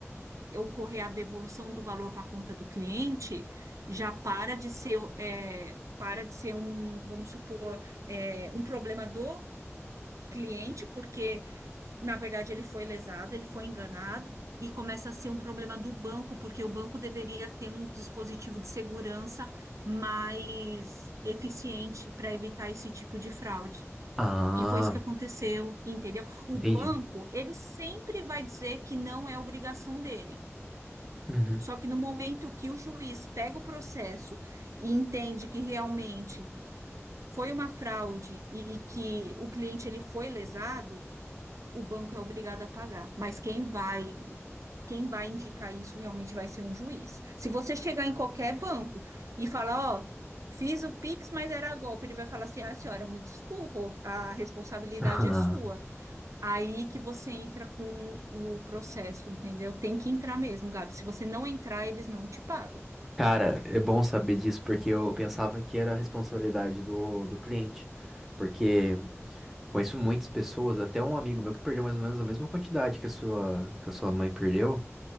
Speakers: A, on the right (about 85°); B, in the centre.
A: ocorrer a devolução do valor para a conta do cliente, já para de ser, é, para de ser um, vamos supor, é, um problema do cliente, porque na verdade, ele foi lesado, ele foi enganado, e começa a ser um problema do banco, porque o banco deveria ter um dispositivo de segurança mais eficiente para evitar esse tipo de fraude.
B: Ah,
A: E foi isso que aconteceu, entendeu? O
B: entendi.
A: banco, ele sempre vai dizer que não é obrigação dele.
B: Uhum.
A: Só que no momento que o juiz pega o processo e entende que realmente foi uma fraude e que o cliente ele foi lesado, o banco é obrigado a pagar. Mas quem vai quem vai indicar isso realmente vai ser um juiz. Se você chegar em qualquer banco e falar, ó, fiz o Pix, mas era golpe, ele vai falar assim, ah, senhora, me desculpa, a responsabilidade
B: <laughs>
A: é sua. Aí que você entra com o processo, entendeu? Tem que entrar mesmo, Gabi. Se você não entrar, eles não te pagam.
B: Cara, é bom saber disso, porque eu pensava que era a responsabilidade do, do cliente. Porque conheço muitas pessoas, até um amigo meu que perdeu mais ou menos a mesma quantidade que a sua, que a sua mãe perdeu,